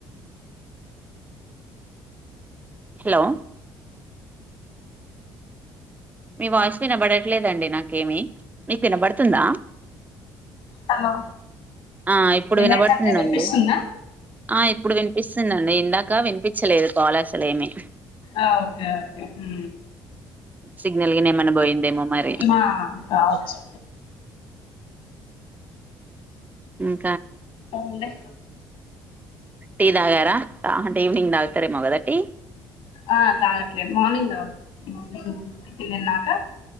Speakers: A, on the right; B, on the left.
A: హలో మీ వాయిస్ వినబడట్లేదండి నాకేమి మీక్ ఇనబడుతుందా
B: హలో
A: ఆ ఇప్పుడు
B: ఏమైందండి
A: వినబడుతుందండి
B: వినిపిస్తుందా
A: ఆ ఇప్పుడు విన్పిస్తుందండి ఇందాక వినిపిచ్చలేదు కోల అస్సలేమి
B: ఆ ఓకే ఓకే హ్
A: సిగ్నల్ గిన ఏమన్న పోయిందేమో మరి
B: మా కావచ్చు
A: మ్
B: అవున్లె
A: టీ తాగారా అంటే ఈవెనింగ్ తాగుతరేమో కదా టీ
B: ఆ తాగ్గట్లేను మార్నింగ్ తాగుత మార్నింగ్ టిఫిన్ తిన్నాక